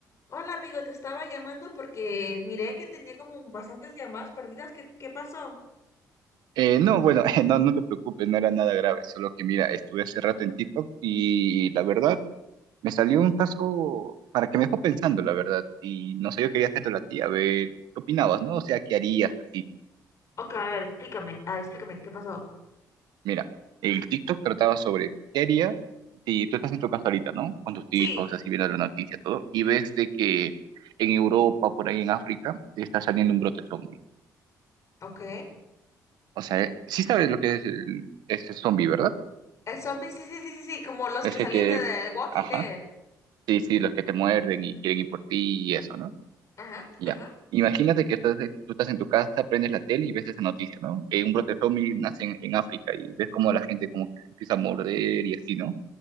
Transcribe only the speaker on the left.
Hola amigo, te estaba llamando porque miré que tenía como bastantes llamadas perdidas. ¿Qué, qué pasó?
Ok, a ver, explícame, ah, explícame, ¿qué pasó?
Sí,
ok.
El zombie, sí, sí, sí, sí, sí, como los
que salían
de The Walking
Dead.
Ajá,
ajá,